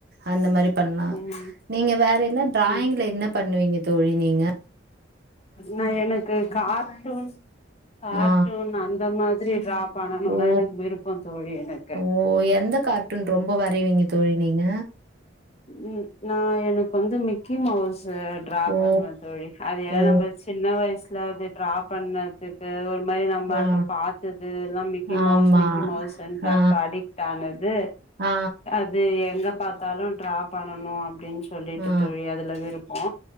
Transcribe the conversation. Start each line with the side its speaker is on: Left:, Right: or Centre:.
Right: அந்த மாரி பண்லா
Left: ம்
Right: நீங்க வேற என்ன ட்ராயிங்ல
Left: ம்
Right: என்ன பண்ணுவீங்க தோழி நீங்க
Left: நா எனக்கு கார்ட்டூன் கார்ட்டூன்
Right: ஆ
Left: அந்த மாதிரி ராப் பண்ணனும்னா
Right: ஓ
Left: எனக்கு விருப்போ தோழி எனக்கு
Right: ஓ எந்த கார்ட்டூன் ரொம்ப வரைவீங்க தோழி நீங்க
Left: ம் நா எனக்கு வந்து மிக்கி மவுஸ் ட்ரா
Right: ஓ
Left: பண்ணுவ தோழி அதுல்லா
Right: ஓ
Left: சின்ன வயசுல அது ட்ரா பண்ண க்கு ஒரு மாரி நம்ம
Right: ஆ
Left: அப்ப பாத்தது எல்லா மிக்கி
Right: ஆமா
Left: மவுஸ் மிக்கி மவுஸ்ட்டு
Right: ஆ
Left: அப்ப அடிக் டானது
Right: ஆ
Left: அது எங்க பாத்தாலு ட்ரா பண்ணணு அப்படின்னு சொல்லிட்டு
Right: ஆ
Left: தோழி அதுல விருப் ப்போ